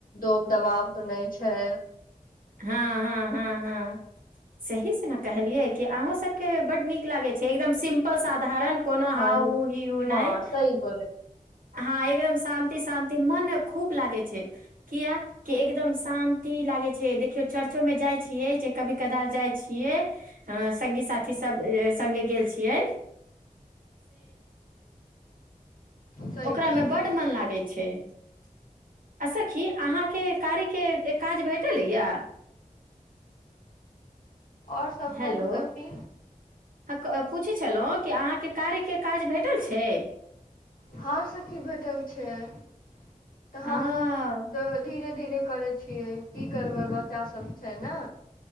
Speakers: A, on the left; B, on the right.
A: दोब दबाव तऽ नहि छै
B: हँ हँ हँ हँ सहीसँ ने कहलियै कि अहूँ सबके बड्ड नीक लागै छै एकदम सिम्पल साधारण कोनो
A: हँ
B: हा हु हि ह नहि
A: हँ सही बोले
B: हँ एकदम शान्ति शान्ति मन खूब लागै छै किया कि एकदम शान्ति लागै छै से देखियो चर्चो में जाय छियै से कभी कदाल जाय छियै संगी साथी सभ संगे गेल छियै
A: सही
B: ओकरामे
A: बोले
B: बड्ड मन लागै छै आ सखी अहाँके कार्यके काज भेटल अ या
A: आओर सभ
B: हेलो
A: कहू सखी
B: हँ, पूछै छलहुँ कि अहाँके कार्य केँ काज भेटल छैक
A: हँ सखी भेटल छैक तऽ
B: आ
A: हम तऽ धीरे धीरे करैत छियैक की करबय बच्चा सब छैक न